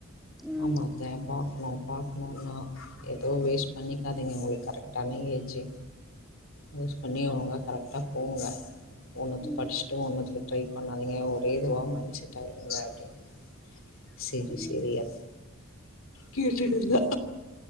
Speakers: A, in the centre; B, on the left.
A: ம்
B: ஆமா இத பாக்கணு பாக்கணுன்னா எதுவு வேஸ்ட் பண்ணிக்காதிங்க உங்களுக்கு கரெக்டான ஏஜ்ஜு யூஸ் பண்ணி ஒழுங்கா கரெக்டா போங்க போணத்தும்
A: ம்
B: படிச் ட்டு ஒன்னுதுக்கு ட்ரை பண்ணாதீங்க ஒரே இதுவா மைண்ட் செட் ஆகுங்க அப்டின்னு சேரி
A: ம்
B: சேரி அப் கேட்டுட்ருந்தா